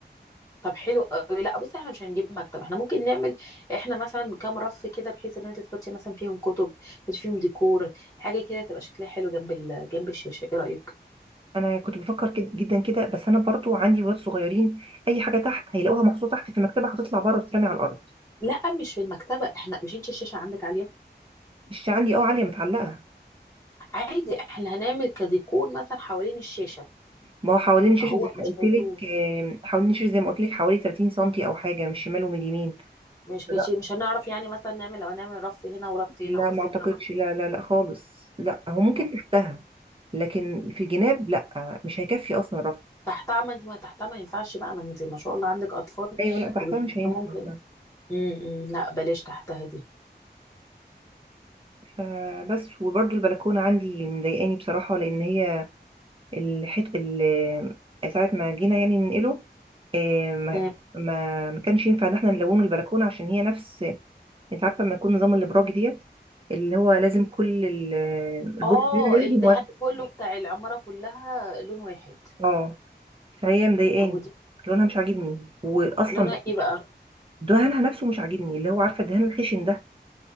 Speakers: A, on the left; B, on the right.
A: طب حلو أوي. لأ بُصّي إحنا مش هنجيب مكتب، إحنا ممكن نعمل إحنا مثلًا كام رف كده بحيث إن أنتِ تحطّي مثلًا فيهم كُتب، تحطّي فيهم ديكور، حاجة كده تبقى شكلها حلو جنب ال جنب الشاشة، إيه رأيك؟
B: انا كنت بفكر كده جدا كده بس انا برضو عندي ولاد صغيرين اي حاجه تحت هيلاقوها محطوطه تحت في المكتبه هتطلع بره وتترمي على الارض
A: لأ مش في المكتبة، إحنا مش أنتِ الشاشة عندِك عالية؟
B: الشاشه عندي اه عاليه متعلقه
A: عادي إحنا هنعمل كديكور مثلًا حوالين الشاشة،
B: ما هو حوالين الشاشه
A: فهو
B: زي
A: مش
B: ما قلت
A: هيتوه،
B: لك آم، حوالين الشاشه زي ما قلت لك حوالي 30 سنتي او حاجه من الشمال ومن اليمين
A: مش
B: لا
A: كشي مش هنعرف يعني مثلًا نعمل لو هنعمل رف هنا ورف هنا
B: لا
A: ورفين
B: ما اعتقدش
A: هنا ورف
B: لا لا لا خالص لا هو ممكن
A: آه،
B: تحتها لكن في الجناب لا مش هيكفي اصلا رف
A: تحتها ما أنتِ ما تحتها ما ينفعش بقى، ما أنتِ ما شاء الله عندِك أطفال
B: ايوه لا تحتها
A: وبتقولي
B: مش هينفع
A: إن ممكن إمم، إمم، لأ بلاش تحتها دي.
B: فبس وبرضو البلكونه عندي مضايقاني بصراحه لان هي الحت ال- ساعة ما جينا يعني ننقله آه، ما
A: إمم.
B: ما ما كانش ينفع ان احنا نلونه البلكونة عشان هي نفس انت عارفة لما يكون نظام الابراج ديت اللي هو لازم كل ال- البرج
A: اه
B: لازم
A: الدهان
B: واحد
A: كله بتاع العمارة كلها لون واحد
B: اه فهي مضايقاني
A: طب ودي
B: لونها مش عاجبني واصلا
A: لونها ايه بقى
B: دهانها نفسه مش عاجبني اللي هو عارفة الدهان الخشن ده